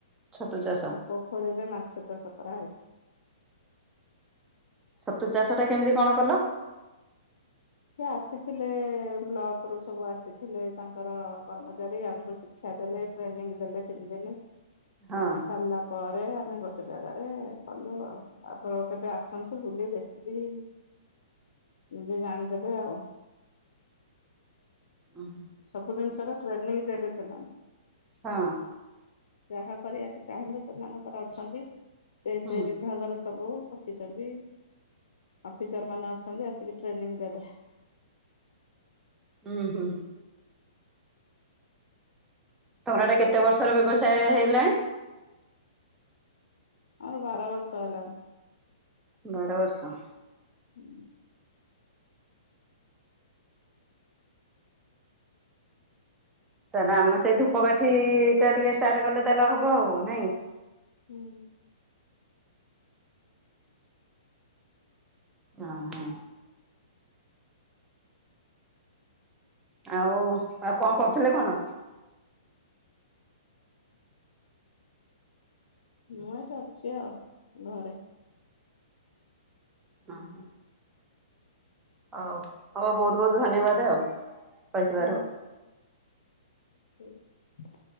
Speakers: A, on the right (about 15°); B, on the left (about 75°).
A: ଛତୁ ଚାଷ।
B: ଆଉ ପୋଖରୀରେ ମାଛ ଚାଷ କରାହେଇଛି।
A: ଛତୁ ଚାଷ ଟା କେମିତି କଣ କଲ?
B: ସିଏ ଆସିଥିଲେ ବ୍ଲକ ରୁ ସବୁ ଆସିଥିଲେ ତାଙ୍କର କର୍ମଚାରୀ ଆମକୁ ଶି ଶିକ୍ଷା ଦେଲେ, ଟ୍ରେନିଂ ଦେଲେ ତିନି ଦିନି ଶିଖି
A: ହଁ
B: ସାରିଲା ପରେ ଆମେ ଗୋଟେ ଜାଗାରେ କଲୁ ଆଉ। ଆପଣ କେବେ ଆସନ୍ତୁ ବୁଲି ଦେଖିକିରି ନିଜେ ଜାଣିଦେବେ ଆଉ।
A: ଉ ହୁଁ।
B: ସବୁ ଜିନିଷ ର ଟ୍ରେନିଂ ଦେବେ ସେମାନେ।
A: ହଁ।
B: ଯାହା କରିବାକୁ ଚାହିଁଲେ ସେମାନଙ୍କର ଅଛନ୍ତି। ସେ
A: ହୁଁ
B: ସେ ବିଭାଗର ସବୁ ରଖିଛନ୍ତି, ଅଫିସର ମାନେ ଅଛନ୍ତି ଆସିକି ଟ୍ରେନିଂ ଦେବେ।
A: ହଁ ହଁ। ତମର ଏଟା କେତେ ବର୍ଷର ବ୍ୟବସାୟ ହେଲାଣି?
B: ଆମର ବାର ବର୍ଷ ହେଲାଣି।
A: ବାର ବର୍ଷ।
B: ହୁଁ।
A: ତାହେଲେ ଆମେ ସେଇ ଧୂପକାଠି ଟା ଟିକେ ଷ୍ଟାର୍ଟ କଲେ ତାହେଲେ ହବ ଆଉ ନାଇଁ?
B: ହୁଁ।
A: ହଁ ହଁ। ଆଉ ଆଉ କଣ କରୁଥିଲେ କଣ?
B: ମୁଁ ଏଇଠି ଅଛି ଆଉ ଘରେ।
A: ହଁ ହଁ। ହଉ ହଉ ବହୁତ ବହୁତ ଧନ୍ୟବାଦ ଆଉ କହିଥିବାରୁ।
B: ହୁଁ ଠିକ୍ ଅଛି।